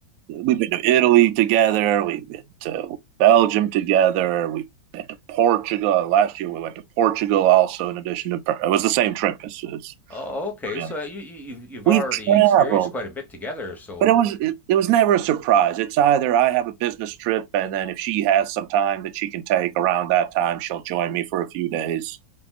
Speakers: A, on the right; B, in the centre.
A: we've been to Italy together. We've been to Belgium together. We've been to Portugal. Last year we went to Portugal also. In addition to it was the same trip as, as
B: Oh, okay.
A: Fran.
B: So you, you you've you've
A: We've
B: already
A: traveled,
B: experienced quite a bit together. So
A: but it was it, it was never a surprise. It's either I have a business trip, and then if she has some time that she can take around that time, she'll join me for a few days